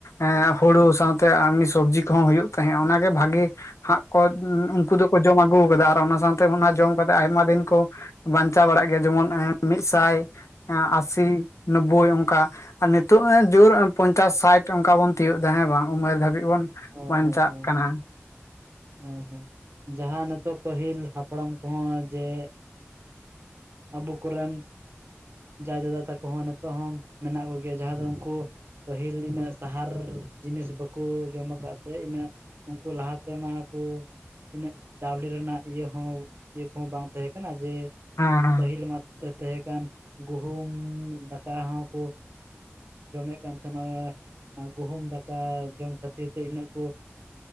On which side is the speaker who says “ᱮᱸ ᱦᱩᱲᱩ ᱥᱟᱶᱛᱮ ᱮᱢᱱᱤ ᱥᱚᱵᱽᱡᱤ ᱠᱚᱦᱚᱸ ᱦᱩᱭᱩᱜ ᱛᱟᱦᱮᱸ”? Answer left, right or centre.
Left